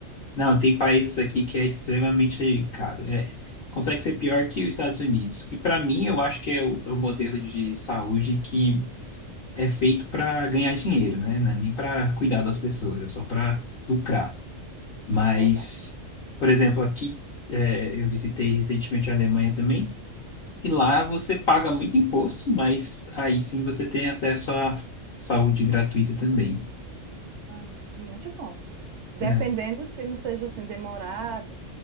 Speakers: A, on the left (about 55°); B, on the right (about 70°).
A: Não, tem países aqui que é extremamente caro. É, consegue ser pior que os Estados Unidos, que para mim eu acho que é o, é o modelo de saúde que é feito para ganhar dinheiro, né? Não é nem para cuidar das pessoas, é só para
B: É
A: lucrar. Mas,
B: verdade.
A: por exemplo, aqui é, eu visitei recentemente a Alemanha também, e lá você paga muito imposto, mas aí sim você tem acesso à saúde gratuita também,
B: Ai, é muito bom. Dependendo
A: né?
B: se não seja assim demorado.